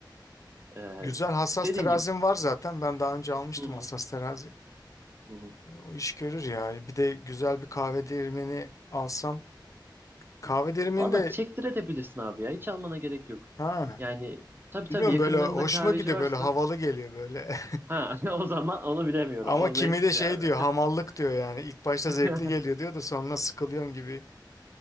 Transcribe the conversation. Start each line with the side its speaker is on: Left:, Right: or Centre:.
Right: E,
Left: Güzel hassas
Right: dediğim
Left: terazim
Right: gibi
Left: var zaten. Ben daha önce almıştım
Right: hı hı.
Left: hassas terazi.
Right: hı hı.
Left: O iş görür ya. Bir de güzel bir kahve değirmeni alsam. Kahve değirmeninde
Right: Valla çektirebilirsin abi ya. Hiç almana gerek yok.
Left: ha
Right: Yani tabii
Left: bilmiyorum
Right: tabii yakınlarında
Left: böyle hoşuma
Right: kahveci
Left: gidiyor
Right: varsa
Left: böyle havalı geliyor böyle.
Right: ha <laughs> o zaman onu bilemiyorum.
Left: <laughs> Ama
Right: O
Left: kimi
Right: zevk işi
Left: de şey
Right: abi.
Left: diyor hamallık diyor yani. İlk başta
Right: <laughs>
Left: zevkli geliyor diyor da sonra sıkılıyorum gibi